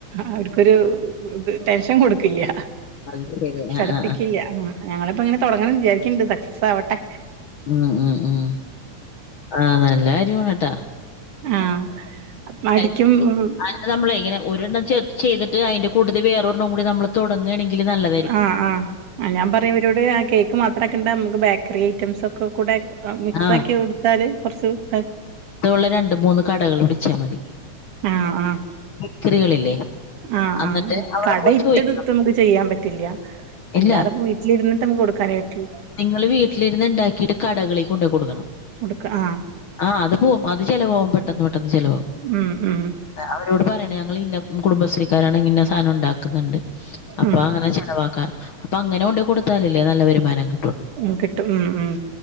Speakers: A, on the right; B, on the left.
A: അവര്ക്കൊരു ത് ടെൻഷെൻ കൊട്ക്കില്യ.
B: അത് ശരി
A: ചടപ്പിക്കില്ല്യാ.
B: ആ ആ
A: ആ ഞങ്ങളപ്പോ ഇങ്ങനെ തൊടങ്ങണം വിചാരിക്ക്ണ്ട് സക്സസാവട്ടെ
B: ഉം ഉം ഉം. ആഹ് നല്ല കാര്യാണ് ട്ടാ
A: ആഹ് മടിക്കും
B: ശരി.
A: <unintelligible>
B: അത് നമ്മളെ ഇങ്ങനെ ഒരെണ്ണം ചേ ചെയ്തിട്ട് അയിന്റെ കൂട്ടത്തി വേറെരെണം കൂടി നമ്മള് തൊടങ്ങേണെങ്കില് നല്ല
A: ആഹ് ആഹ് ആ ഞാപറയും ഇവരോട് ആ കേക്ക് മാത്രംക്കണ്ട അമുക്ക് ബേക്കറി ഐറ്റംസ് ഒക്ക കൂടെ റം മിക്സാക്കി
B: ആ
A: കൊട്ത്താല് കൊർച്ച് ക
B: തൊള്ള രണ്ട്‌, മൂന്ന് കടകള്ള് പിടിച്ചാമതി.
A: ആഹ് ആഹ്
B: ബേക്കറികളില്ലേ.
A: ആഹ്
B: എന്നിട്ട്
A: ആഹ്
B: അവിടെ
A: കടയിട്ട്ത്
B: പോയി ചോദിക്കും
A: ത്ത്മുക്ക് ചെയ്യാംപറ്റില്യാ. അല്ലാതെ
B: ഇല്ല
A: പോയി ച്ചിലിര്ന്ന്ട്ട് അമുക്ക് കൊടുക്കാനേപറ്റു.
B: നിങ്ങള് വീട്ട്ല് ര്ന്ന് ണ്ടാക്കിട്ട് കടകളി കൊണ്ടോയി കൊടുക്കണം.
A: കൊടുക്ക ആഹ്
B: ആഹ് അത് പോം. അത് ചെലവാവും പെട്ടെന്ന്, പെട്ടെന്ന് ചെലവാവും.
A: ഉം ഉം.
B: അവരോട് പറയണെ ഞങ്ങൾ ഇന്ന മ് കുടുംബശ്രീക്കാരാണ് ഇന്ന സാനം ണ്ടാക്ക്ന്ന് ണ്ട്. അപ്പാ
A: ഉം
B: ങ്ങനെ ചെലവാക്കാ. അപ്പാ അങ്ങനെ കൊണ്ട് കൊട്ത്താലല്ലേ നല്ല വരുമാനം കി
A: ഉം കിട്ടും ഉം ഉം.